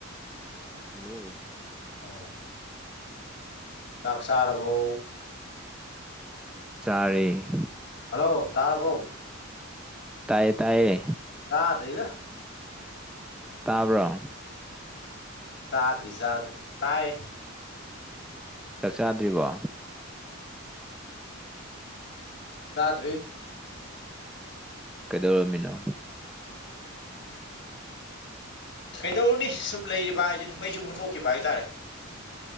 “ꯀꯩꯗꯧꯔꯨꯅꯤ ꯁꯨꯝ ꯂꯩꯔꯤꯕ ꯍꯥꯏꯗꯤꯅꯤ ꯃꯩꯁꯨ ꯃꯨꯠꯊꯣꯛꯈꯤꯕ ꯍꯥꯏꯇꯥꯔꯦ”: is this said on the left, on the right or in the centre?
Left